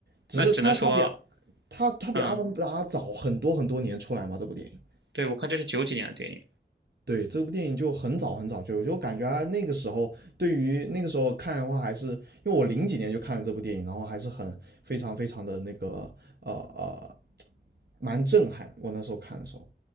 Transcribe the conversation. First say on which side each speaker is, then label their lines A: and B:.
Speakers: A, on the right (about 65°); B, on the right (about 80°).
A: 只是它它比
B: 那只能说，
A: 它它比《阿凡达》早很多很多年出来嘛，
B: 嗯，
A: 这部电影。
B: 对，我看这是九几年的电影。
A: 对，这部电影就很早很早就有，就感觉啊那个时候对于那个时候看的话，还是因为我零几年就看了这部电影，然后还是很非常非常的那个呃呃，蛮震撼。我那时候看的时候，